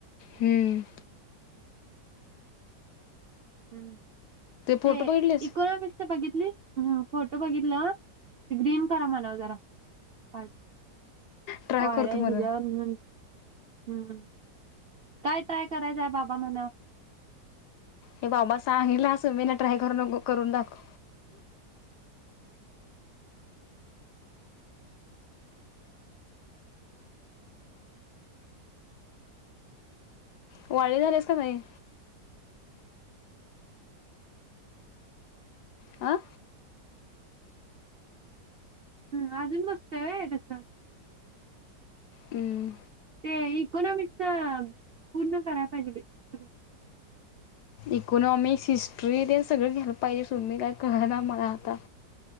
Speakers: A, on the left (about 70°); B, on the right (about 55°).
A: हम्म.
B: हम्म
A: फोटो
B: ते
A: बघितलेस
B: इको बघितली फोटो बघितलं ग्रीन करा म्हणाव जरा हो
A: ट्राय करतो
B: कच्या्या्
A: म्हणून
B: हम्म. काय ट्राय करायचंय बाबा म्हणा.
A: हे बाबा सांगल अस मी ना ट्राय करू न करून दाखव. वाढ झालेस का नाही. हां
B: हम अजून बसतोय त्यास.
A: हमं.
B: ते इकोनॉमिक्स पूर्ण करा पाहिजे. सगळं.
A: इकॉनॉमिक्स हिस्ट्री ते सगळ घल पाहि हजे सून मी काय कळना मला आता